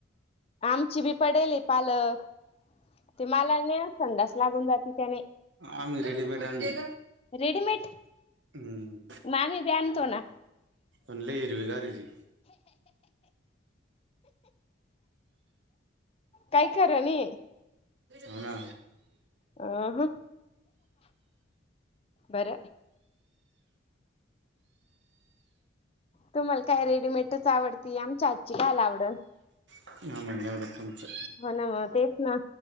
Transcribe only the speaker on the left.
आमची बी पडेल पालक ते मला न संडास लागून जाते त्याने
रेडीमेट
मामी बी आणतो ना.
काय खरनि.
अ बर तुम्हाला काय रेडीमेटच आवडती आमच्या आजची खल आवड
हो ना मग तेच ना